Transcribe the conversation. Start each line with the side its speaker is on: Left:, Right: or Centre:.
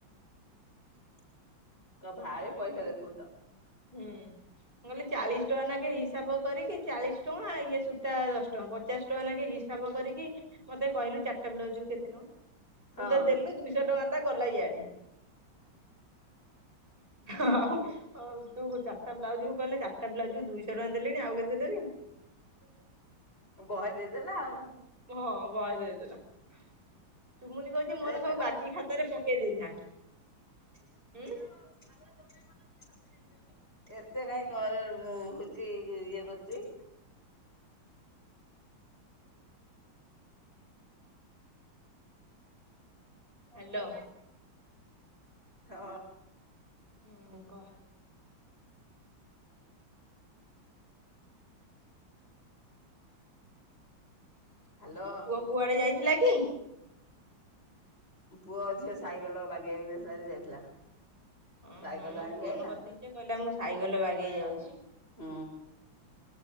Left: <inaudible> କ ଭାରି ପଇସା ଦେଖଉଚ।
Right: ହୁଁ। ମୁଁ କହିଲି ଚାଳିଶ ଟଙ୍କା ନେ କେ ହିସାବ କରିକି ଚାଳିଶ ଟଙ୍କା ଇଏ ସୂତା ଦଶ ଟଙ୍କା ପଚାଶ ଟଙ୍କା ନେଖେ ହିସା ହିସାବ କରିକି ମତେ କହିଲୁ ଚାରିଟା ବ୍ଲାଉଜକୁୁ କେତେ ଟଙ୍କା? ତୁ
Left: ହଁ
Right: ତ ଦେଲୁ ଦୁଇଶହ ଟଙ୍କା ତ ଗଲା ଇଆଡେ। ହଉ ହଉ। ତୁ ଚାରିଟା ବ୍ଲାଉଜକୁ କଲେ ଚାରିଟା ବ୍ଲାଉଜକୁ ଦୁଇଶହ ଟଙ୍କା ଦେଲିଣି, ଆଉ କେତେ ଦେବି?
Left: ବହେ ଦେଇଦେଲା ଆଉ।
Right: ହଁ ବହେ ଦେଇଦେଲା। ଚୁମୁନି କହିଚି ମୋର
Left: ଏତେ
Right: ସବୁ ବାକି ଖାତାରେ ପକେଇ ଦେଇଥା।
Left: ହାଲୋ
Right: ହୁଁ
Left: <unintelligible> ଏତେ କାହିଁ କରେ ମୁଁ ହଉଛି ଇଏ କରୁଛି।
Right: ହାଲୋ।
Left: ହଁ।
Right: ହଁ କହ।
Left: ହ୍ୟାଲୋ
Right: ପୁଅ କୁଆଡେ ଯାଇଥିଲା କି?
Left: ପୁଅ, ଝିଅ ସାଇକେଲ ବାଗେଇକୁ ଦେଇଥିଲା ଯେ ଯାଇଥିଲା।
Right: ଓ
Left: ସାଇକେଲ
Right: ହଁ ମୁଁ
Left: ଆଣିକି
Right: ଫୋନ
Left: ଆଇଲା।
Right: କରିଥିଲି ଯେ କହିଲା ମୁଁ ସାଇକେଲରେ ବାଗେଇ ଯାଉଛି।
Left: ହୁଁ।